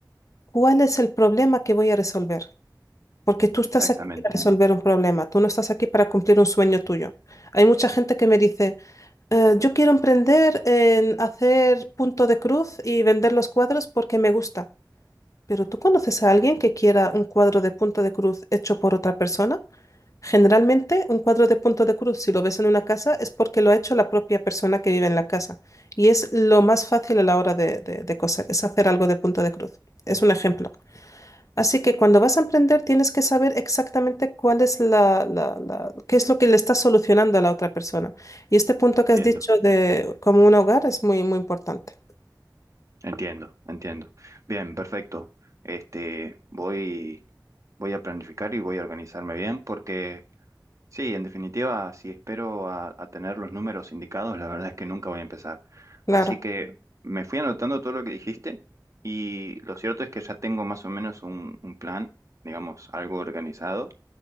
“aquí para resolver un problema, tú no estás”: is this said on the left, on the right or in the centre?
Left